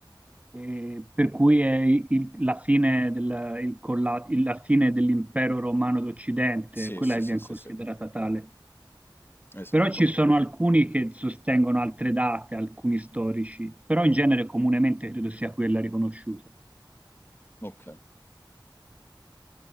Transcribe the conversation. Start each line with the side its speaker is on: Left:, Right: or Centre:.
Right: eh, per cui è il- la fine del- il colla- il- la fine dell'impero romano d'Occidente,
Left: sì,
Right: quella
Left: sì,
Right: che
Left: sì,
Right: viene
Left: sì,
Right: considerata
Left: sì.
Right: tale.
Left: Esatto.
Right: Però ci sono alcuni che sostengono altre date, alcuni storici, però in genere comunemente credo sia quella riconosciuta.
Left: Ok,